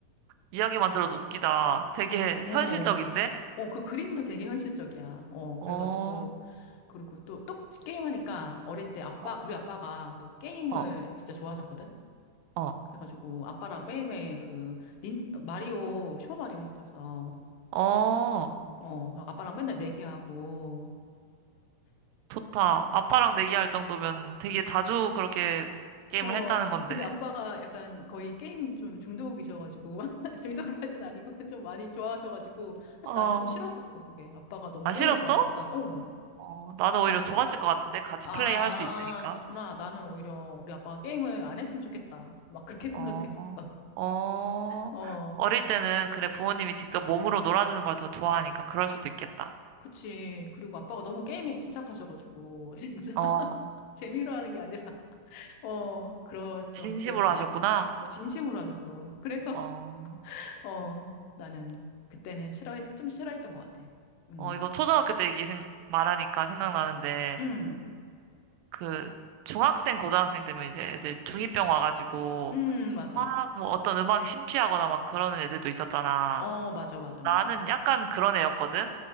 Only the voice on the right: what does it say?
이야기만 들어도 웃기다. 되게
현실적인데?
어,
어,
어,
어,
어.
좋다. 아빠랑 내기할 정도면 되게 자주 그렇게 게임을
했다는 건데.
어,
안
싫었어?
어, 나는
오히려 좋았을 것 같은데? 같이
플레이 할 수 있으니까.
어, 어.
어릴 때는 그래 부모님이 직접 몸으로 놀아주는 걸 더 좋아하니까 그럴 수도 있겠다.
어,
진심으로
하셨구나.
어,
어, 이거 초등학교 때 얘기 생, 말하니까 생각나는데,
그, 중학생, 고등학생 되면 이제 애들 중이병 와가지고,
막, 뭐 어떤 음악에 심취하거나 막 그러는 애들도 있었잖아.
나는
약간 그런 애였거든?